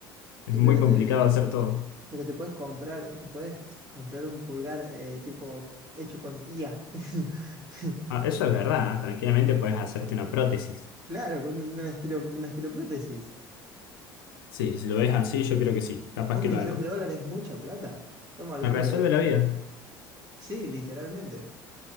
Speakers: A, on the left (about 75°); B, on the right (about 35°).
A: es
B: Y
A: muy
B: pero
A: complicado
B: te,
A: hacer todo.
B: pero te puedes comprar, te puedes comprar un pulgar eh, tipo hecho con IA. <laughs>
A: Ah, eso es verdad, ¿eh? Tranquilamente puedes hacerte una prótesis.
B: Claro, con un- una estiro, una estiroprótesis.
A: Sí, si lo ves así, yo creo que sí, capaz
B: Un
A: que
B: millón
A: lo hago.
B: de dólares es mucha plata. Estamos hablando
A: Me resuelve
B: de...
A: la vida.
B: Sí, literalmente.